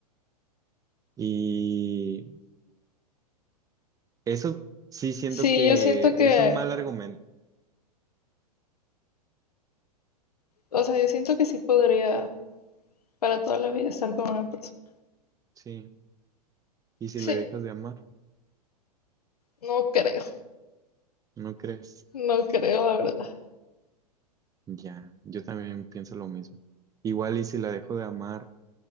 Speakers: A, on the right; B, on the left.
A: Y eso sí siento
B: Sí,
A: que
B: yo siento que,
A: es un mal argumento,
B: o sea, yo siento que sí podría para toda la vida estar con una persona.
A: sí. ¿Y si
B: Sí,
A: le dejas de amar?
B: no creo,
A: ¿No crees?
B: no creo, la verdad.
A: Ya, yo también pienso lo mismo. Igual y si la dejo de amar,